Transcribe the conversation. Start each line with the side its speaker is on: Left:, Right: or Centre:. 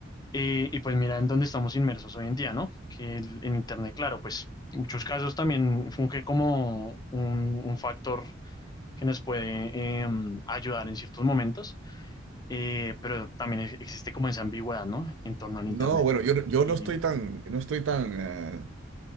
Left: Eh, y pues mira en dónde estamos inmersos hoy en día, ¿no? Que el- en Internet, claro, pues en muchos casos también funge como un, un factor que nos puede eh, ayudar en ciertos momentos, eh, pero también existe como esa ambigüedad, ¿no? En torno al
Right: No,
Left: Internet.
Right: bueno, yo, no- yo
Left: Y,
Right: no estoy tan, no estoy tan, eh,